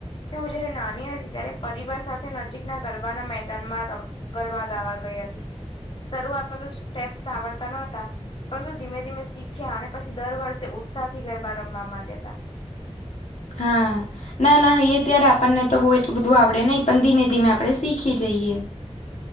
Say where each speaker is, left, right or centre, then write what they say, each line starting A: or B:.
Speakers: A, on the left; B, on the left.
A: કે હું જયારે નાની હતી ત્યારે પરિવાર સાથે નજીકના ગરબાના મેદાનમાં ર ગરબા ગાવા ગઈ હતી શરૂઆતમાં તો સ્ટેપ્સ આવડતા નોતા પરંતુ ધીમે ધીમે શીખ્યા અને પછી દર વર્ષે ઉત્સાહ થી ગરબા રમવા માંડ્યા તા
B: હા ના ના અહી ત્યારે આપણને તો બહ એટલું બધું આવડે નહીં પણ ધીમે ધીમે આપડણે શીખી જઈએ <inaudible>